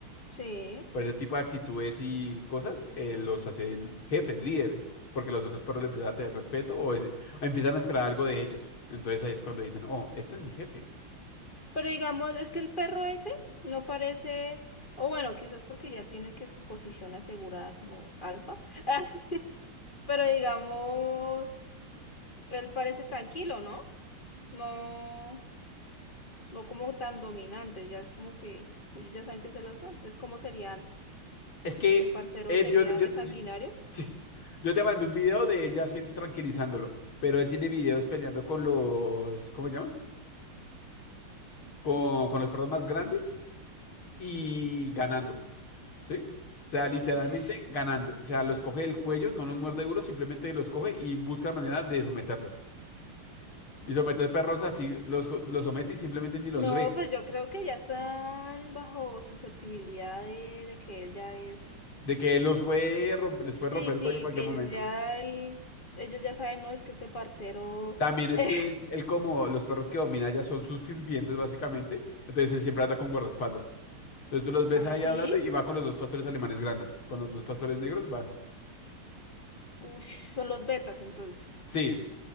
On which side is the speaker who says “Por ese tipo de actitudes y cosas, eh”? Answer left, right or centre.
Left